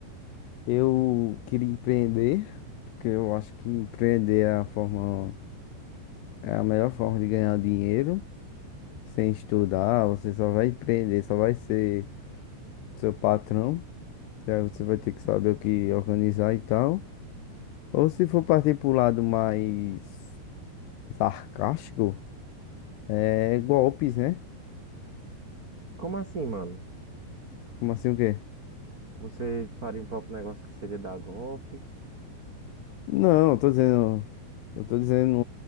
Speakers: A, on the left; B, on the right.
A: eu queria empreender, porque eu acho que empreender é a forma, é a melhor forma de ganhar dinheiro, sem estudar, você só vai empreender, só vai ser seu patrão, e aí você vai ter que saber o que organizar e tal. Ou se for partir pro lado mais sarcástico, é golpes, né?
B: Como assim, mano?
A: Como assim o quê?
B: Você faria um próprio negócio que seria dar golpes?
A: Não, eu tô dizendo. Eu tô dizendo